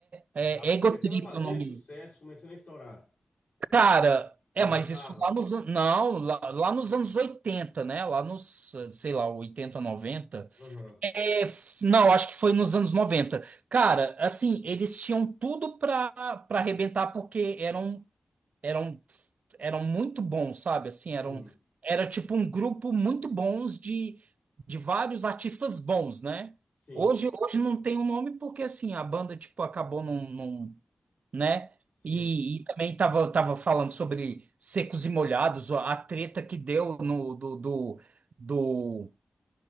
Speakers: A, on the right; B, on the left.
A: É
B: Tava
A: Ego
B: começando
A: Trip
B: a fazer
A: é o nome
B: sucesso, começando a estourar.
A: Cara,
B: Ou
A: é,
B: já
A: mas
B: tava?
A: isso lá nos, an- não, lá, lá nos anos 80 né? Lá nos, sei lá, 80, 90.
B: Aham.
A: É, f- não, acho que foi nos anos noventa Cara, assim, eles tinham tudo pra, pra arrebentar porque eram, eram, eram muito bons, sabe? Assim,
B: Uhum.
A: eram, era tipo um grupo muito bons de, de vários artistas bons, né?
B: Sim,
A: Hoje, hoje não tem o nome porque, assim, a banda, tipo, acabou não, não, né?
B: sim.
A: E, e também tava, tava falando sobre secos e molhados, ó, a treta que deu no do, do, do,